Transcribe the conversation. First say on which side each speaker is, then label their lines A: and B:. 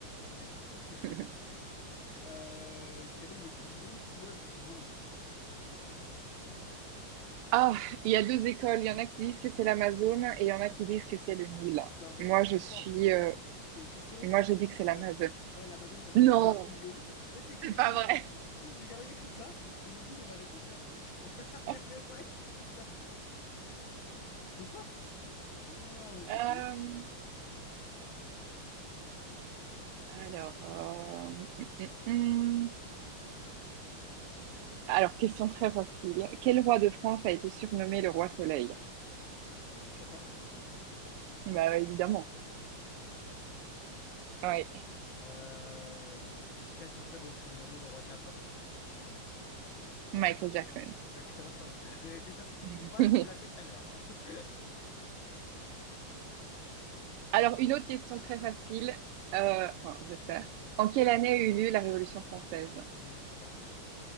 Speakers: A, on the left (about 60°); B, on the right (about 85°).
A: Je me débrouille. <laughs>
B: <laughs>
A: Euh, quel est le plus long fleuve du monde?
B: Ah, il y a deux écoles. Il y en a qui disent que c'est l'Amazone et il y en a qui disent que c'est le Nil.
A: Non, mais
B: Moi,
A: t'es trop
B: je suis.
A: forte.
B: euh,
A: Il y a écrit selon
B: Moi,
A: certaines
B: je dis
A: sources,
B: que c'est l'Amazone.
A: la... ouais, l'Amazon peut être
B: Non,
A: considéré plus long. Là, c'est écrit
B: c'est
A: le
B: pas
A: Nil.
B: vrai.
A: Si, si, C'est carrément écrit ça, mais le nul est la réponse classique. <laughs>
B: <laughs>
A: Vraiment, il écrit ça. Trop forte. Waouh,
B: Euh,
A: ok.
B: alors, euh, hum, hum, hum. Alors, question très facile. Quel roi de France a été surnommé le roi Soleil?
A: Euh, Louis XIV.
B: Bah, évidemment.
A: Louis XIV, le roi soleil, ouais, ça, ça.
B: Oui,
A: Euh, quel chanteur est surnommé le roi de la pop? <laughs>
B: Michael Jackson.
A: Exactement. J'allais te dire si tu
B: <laughs>
A: trouves pas et tu me l'as fait tout à l'heure. hein. <laughs>
B: Alors, une autre question très facile, euh, enfin, j'espère. En quelle année a eu lieu la Révolution française?
A: 1789.